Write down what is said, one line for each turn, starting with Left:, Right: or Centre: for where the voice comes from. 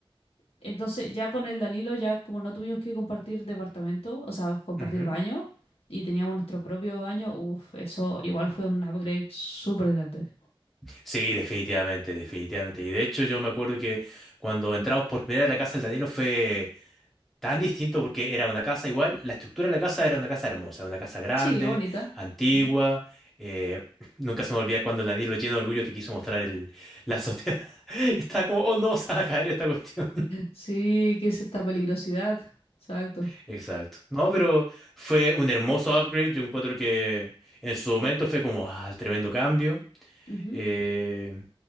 Left: entonces, ya con el Danilo, ya como no tuvimos que compartir departamento, o sea, compartir
Centre: Ujú.
Left: baño, y teníamos nuestro propio baño, uff, eso igual fue un upgrade súper grande.
Centre: Sí, definitivamente, definitivamente. Y de hecho yo me acuerdo que cuando entramos por primera vez a la casa del Danilo fue tan distinto porque era una casa igual, la estructura de la casa era una casa hermosa, una casa grande,
Left: Sí, bonita.
Centre: antigua.
Left: Mm.
Centre: eh, <laughs> nunca se me olvida cuando el Danilo lleno de orgullo te quiso mostrar el, la azotea. <laughs> Estaba como, oh no, <laughs> se va a caer esta cuestión.
Left: Sí, que es esta peligrosidad. Exacto.
Centre: <laughs> Exacto. No, pero fue un hermoso upgrade. Yo encuentro que en su momento fue como, ah, tremendo cambio.
Left: Ujú.
Centre: Eh,